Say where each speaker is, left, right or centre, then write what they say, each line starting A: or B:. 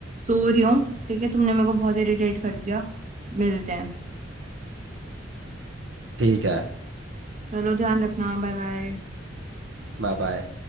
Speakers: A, on the right; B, on the right.
A: सो रही हूँ ठीक है तुमने मेरे को बहुत इरिटेट कर दिया मिलते हैं
B: ठीक है
A: चलो ध्यान रखना बाय बाय
B: Bye bye